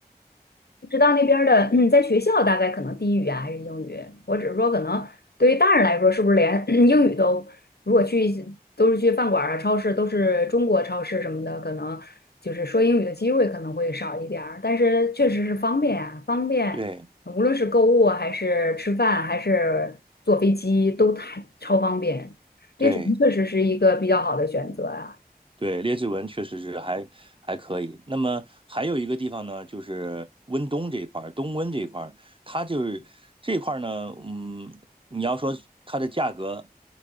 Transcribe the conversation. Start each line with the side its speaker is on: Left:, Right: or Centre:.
Left: 知道那边儿的，嗯，在学校大概可能低语啊，还是英语。我只是说，可能对于大人来说，是不是连 <clears throat> 英语都，如果去都是去饭馆儿啊、超市，都是中国超市什么的，可能就是说英语的机会可能会少一点儿。但是确实是方便啊，方便，
Right: 对
Left: 无论是购物啊还是吃饭，还是坐飞机，都太超方便。
Right: 对，
Left: 那支敦确实是一个比较好的选择啊。
Right: 对，列治文确实是还还可以。那么还有一个地方呢，就是温东这一块儿，东温这一块儿，它就是这块儿呢，嗯，你要说它的价格